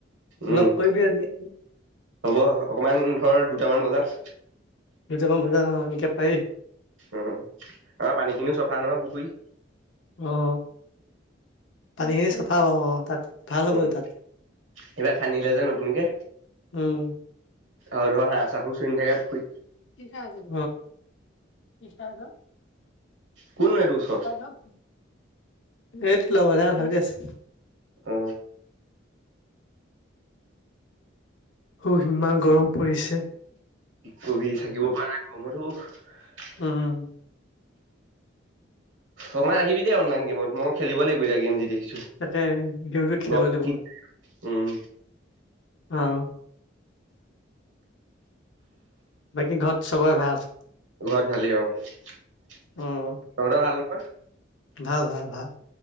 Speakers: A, on the right; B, on the left.
A: উম।
B: লগ কৰিবি আজি।
A: হ'ব অকমান ধৰ দুটামান বজাত
B: দুটা মান বজাত অ এনেকে পাৰি।
A: উ আমাৰ পানী খিনিও চফা নহয় পুখুৰী।
B: অ পানীখিনি চাফা অ তাত। ভাল হ'ব
A: উম
B: তাত
A: কিবা খান্দিলে যে নতুনকে।
B: উম,
A: আৰু ধৰ হাঁহ চাহু চুি থাকে পুখুৰীত।
B: কি খাই আছিল, কি খাই
A: কোননো এইটো ওচৰত
B: আছ। সেইটো লগ লোৱা কথা পাতি আছে।
A: অ
B: অ সিমান গৰম পৰিছে।
A: কি কবি থাকিব পৰা নাইক গৰমত উ
B: উম
A: অ মই আহিবি দে অনলাইন গেমত মই খেলিব লাগিব এতিয়া গেম যি দেখিছো।
B: তাকে গেমটো খেলিব
A: গৰম
B: লাগিব।
A: কি উম
B: আহ, বাকী ঘৰত চবেই ভাল।
A: ঘৰত ভালেই অ তহঁত
B: উম,
A: ভাল নহয়।
B: ভাল ভাল ভাল